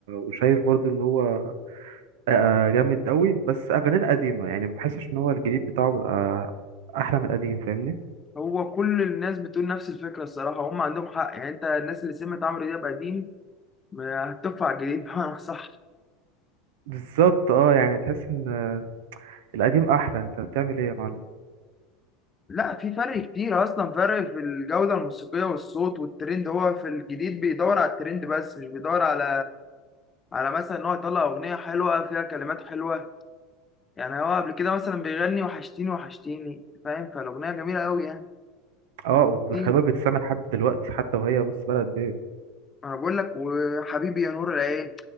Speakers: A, on the right (about 70°); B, on the left (about 25°).
A: وشايف برضو ان هو آه، آه، جامد قوي بس اغانيه القديمه يعني ما بحسش ان هو الجديد بتاعه بيبقى احلى من القديم فاهمني
B: هو كل الناس بتقول نفس الفكرة الصراحة هم عندهم حق يعني أنت الناس اللي سمعت عمرو دياب قديم آه، هتطفى على الجديد <laughs> صح
A: بالظبط اه يعني تحس ان القديم احلى انت بتعمل ايه يا معلم
B: لا في فرق كتير اصلا فرق في الجوده الموسيقيه والصوت والترند هو في الجديد بيدور على الترند بس مش بيدور على على مثلا ان هو يطلع اغنيه حلوه فيها كلمات حلوه يعني هو قبل كده مثلا بيغني وحشتيني وحشتيني فاهم فالاغنيه جميله قوي يعني
A: اه وخلي
B: ايه
A: بالك بتسمع لحد دلوقتي حتى وهي بص بلد ايه
B: انا بقول لك وحبيبي يا نور العين